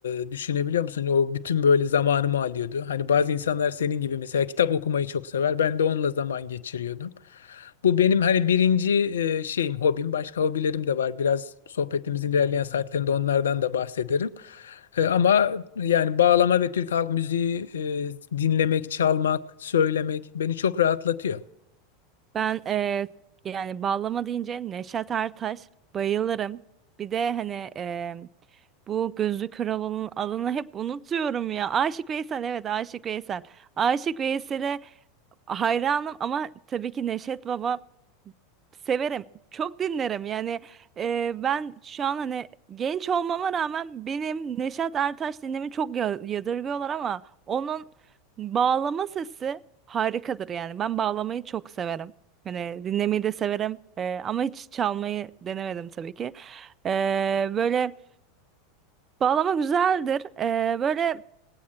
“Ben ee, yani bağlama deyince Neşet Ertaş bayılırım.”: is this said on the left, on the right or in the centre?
Right